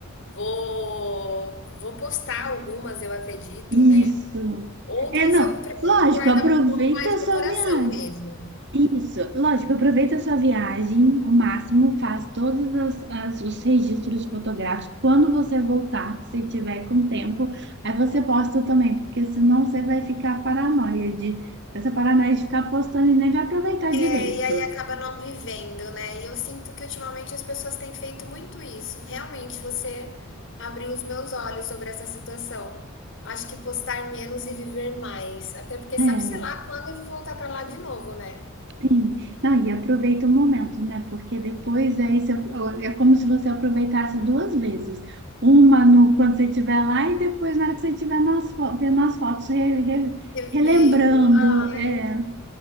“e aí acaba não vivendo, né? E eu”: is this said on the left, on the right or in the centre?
Left